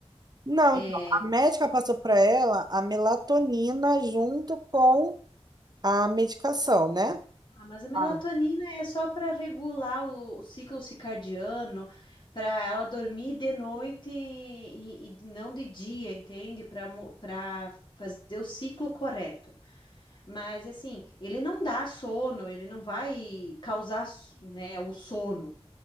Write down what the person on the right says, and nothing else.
Não,
então, a médica passou para ela a melatonina junto com a medicação, né?
Ah.